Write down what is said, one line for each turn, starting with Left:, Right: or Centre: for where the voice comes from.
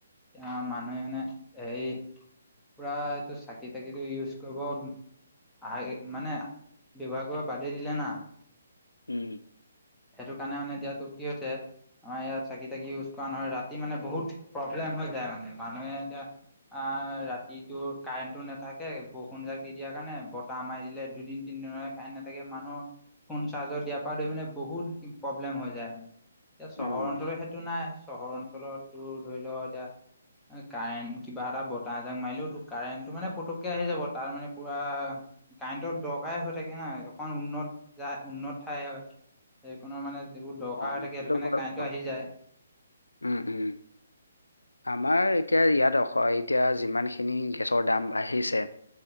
Centre: আ, মানুহেই নাই, হেয়ি পুৰা এইটো চাকি, তাকিটো ইউজ কৰিব আহ মানে ব্যৱহাৰ কৰিব বাদেই দিলে না।
Left: উম।
Centre: সেইটো কাৰণে মানে এতিয়াটো কি হৈছে। আমাৰ ইয়াত চাকি তাকি ইউজ কৰা নহয়। ৰাতি মানে বহুত প্ৰব্লেম হৈ যায় মানে মানুহে এতিয়া অ', ৰাতিটো কাৰেণ টো, নাথাকে বৰষুণজাক দি দিয়াৰ কাৰণে বতাহ মাৰি দিলে দুদিন, তিনিদিনৰ কাৰেণ্ট নাথাকে মানুহৰ ফোন চাৰ্জৰ দিয়াৰ পৰা ধৰি মানে বহুত প্ৰব্লেম হৈ যায়, এতিয়া চহৰ
Left: উম
Centre: অঞ্চলত সেইটো নাই। চহৰ অঞ্চলত তোৰ ধৰি ল' এতিয়া কাৰেণ্ট কিবা এটা বতাহ এজাক মাৰিলেওতো কাৰেণ্টটো মানে পুতককে আহি যাব তাত মানে পুৰা কাৰেণ্টৰ দৰকাৰে হৈ থাকে না, অকন উন্নত যায় উন্নত ঠাই হয়। সেইকনৰ মানে যিবোৰ দৰকাৰ
Left: অ
Centre: হৈ থাকে
Left: সেইটো
Centre: সেইটোকাৰণে
Left: হয় বাৰু
Centre: কাৰেণ্টো আহি যায়।
Left: উম উম আমাৰ এতিয়া ইয়াত অখ এতিয়া যিমানখিনি গেছৰ দাম বাঢ়িছে।